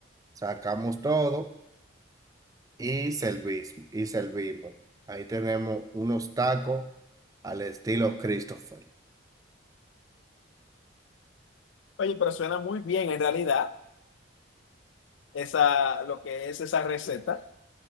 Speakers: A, on the right; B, on the left.
A: Sacamos todo y servis- y servimos. Ahí tenemos unos tacos al estilo Christopher.
B: Oye, pero suena muy bien en realidad esa, lo que es esa receta.